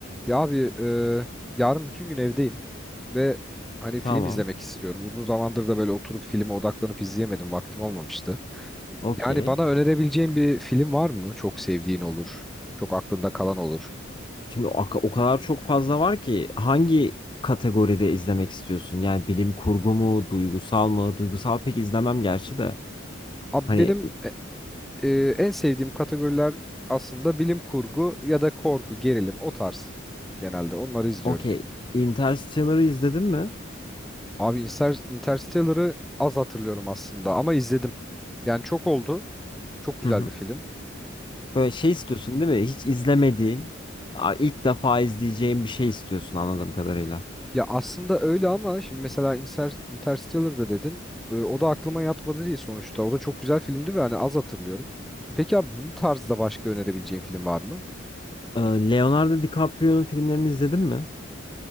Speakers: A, in the centre; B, on the left.
A: Ya abi e, yarın bütün gün evdeyim ve hani
B: Tamam.
A: film izlemek istiyorum. Uzun zamandır da böyle oturup filme odaklanıp izleyemedim. Vaktim olmamıştı.
B: Okey.
A: Yani bana önerebileceğin bir film var mı? Çok sevdiğin olur. Çok aklında kalan olur.
B: Şimdi o, o kadar çok fazla var ki hangi kategoride izlemek istiyorsun? Yani bilim kurgu mu, duygusal mı? Duygusal pek izlemem gerçi de.
A: Abi
B: Hani
A: benim e, e, en sevdiğim kategoriler aslında bilim kurgu ya da korku, gerilim o tarz. Genelde onları izliyorum.
B: okey. Interstellar'ı izledin mi?
A: Abi Inter- Interstellar'ı az hatırlıyorum aslında ama izledim. Yani çok oldu. Çok güzel
B: Hı hı.
A: bir film.
B: Böyle şey istiyorsun değil mi? Hiç izlemediğin, a- ilk defa izleyeceğin bir şey istiyorsun anladığım kadarıyla.
A: Ya aslında öyle ama şimdi mesela Inter Interstellar'da dedin. Ee, o da aklıma yatmadı değil sonuçta. O da çok güzel filmdi ve hani az hatırlıyorum. Peki abi bunun tarzda başka önerebileceğin film var mı?
B: Ee, Leonardo DiCaprio'nun filmlerini izledin mi?